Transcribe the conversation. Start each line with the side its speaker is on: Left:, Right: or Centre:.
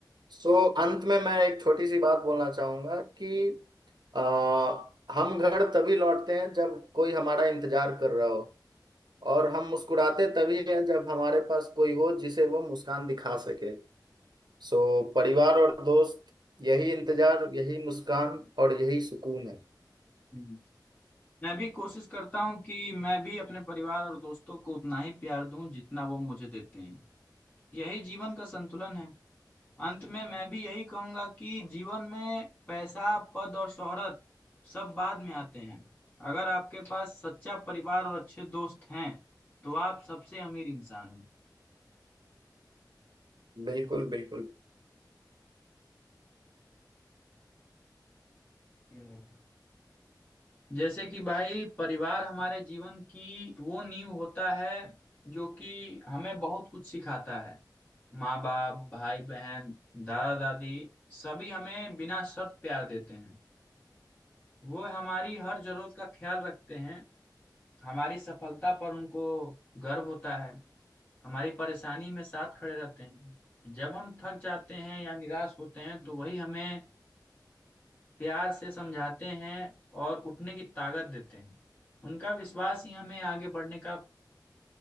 Right: सो अंत में मैं एक छोटी सी बात बोलना चाहूंगा कि आ, हम घर तभी लौटते हैं जब कोई हमारा इंतजार कर रहा हो और हम मुस्कुराते तभी हैं जब हमारे पास कोई हो जिसे वो मुस्कान दिखा सके सो परिवार और दोस्त यही इंतजार यही मुस्कान और यही सुकून है
Left: तो मैं भी कोशिश करता हूँ कि मैं भी अपने परिवार और दोस्तों को उतना ही प्यार दूं जितना वो मुझे देते हैं यही जीवन का संतुलन है अंत में मैं भी यही कहूंगा कि जीवन में पैसा पद और शोहरत सब बाद में आते हैं अगर आपके पास सच्चा परिवार और अच्छे दोस्त हैं तो आप सबसे अमीर इंसान
Right: बिल्कुल बिल्कुल
Left: हैं जैसे कि भाई परिवार हमारे जीवन की वो नींव होता है जो कि हमें बहुत कुछ सिखाता है माँ बाप भाई बहन दादा दादी सभी हमें बिना शर्त प्यार देते हैं वो हमारी हर जरूरत का ख्याल रखते हैं हमारी सफलता पर उनको गर्व होता है हमारी परेशानी में साथ खड़े रहते हैं जब हम थक जाते हैं या निराश होते हैं तो वही हमें प्यार से समझाते हैं और उठने की ताकत देते हैं उनका विश्वास ही हमें आगे बढ़ने का